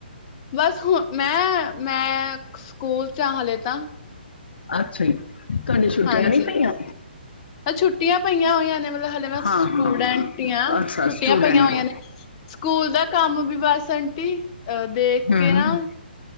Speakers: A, on the left; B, on the left.
A: ਬਸ ਹੁਣ, ਮੈਂ, ਮੈਂ ਸਕੂਲ ਚ ਹਾਂ ਹੱਲੇ ਤਾਂ।
B: ਅੱਛਾ ਈ। ਕਦੇ ਛੁੱਟੀਆਂ
A: ਹਾਂਜੀ
B: ਨੀ ਪਈਆਂ।
A: ਛੁੱਟੀਆਂ ਪਈਆਂ ਹੋਈਆਂ ਨੇ। ਮਤਲਬ ਹਲੇੇ ਮੈਂ
B: ਹਾਂ
A: ਸਟੂਡੈਂਟ
B: ਹਾਂ
A: ਹੀ ਹਾਂ।
B: ਅੱਛਾ
A: ਛੁੱਟੀਆਂ
B: ਸਟੂਡੈਂਟ
A: ਪਈਆਂ ਹੋਈਆਂ
B: ਹੋ
A: ਨੇ। ਸਕੂਲ ਦਾ ਕੰਮ ਵੀ ਬਸ ਘੰਟੀ ਅਹ ਦੇਖ
B: ਹੂੰ
A: ਕੇ ਨਾ